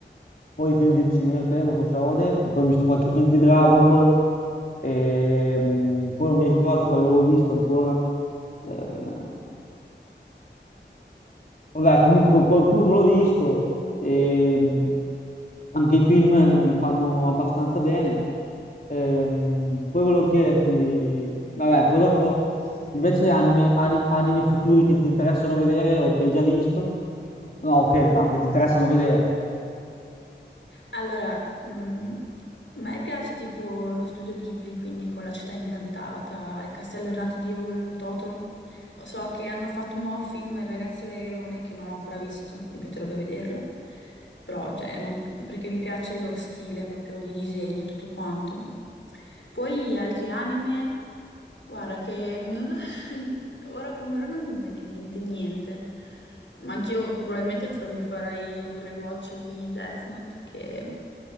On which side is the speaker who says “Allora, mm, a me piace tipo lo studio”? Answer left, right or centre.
Left